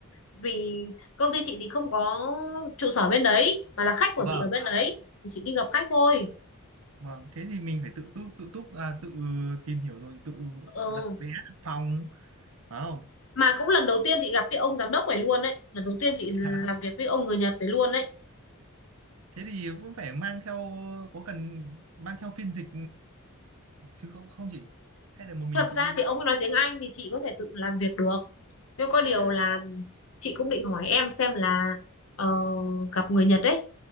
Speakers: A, on the left; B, on the right.
A: vì công ty chị thì không có trụ sở bên đấy mà là khách của
B: vâng,
A: chị ở bên đấy thì chị đi gặp khách thôi
B: vâng, thế thì mình phải tự túc tự túc à, tự tìm hiểu rồi tự
A: ừ.
B: đặt vé đặt phòng phải không?
A: mà cũng lần đầu tiên chị gặp cái ông giám đốc này luôn đấy lần đầu tiên chị làm
B: <laughs>
A: việc với ông người Nhật này luôn đấy
B: Thế thì cũng phải mang theo có cần mang theo phiên dịch chứ không không chị? Hay là một mình
A: thật
B: chị
A: ra
B: đi?
A: thì ông ấy nói tiếng Anh thì chị có thể tự làm việc được nhưng có điều
B: À,
A: là chị cũng định hỏi em xem là ờ, gặp người Nhật ấy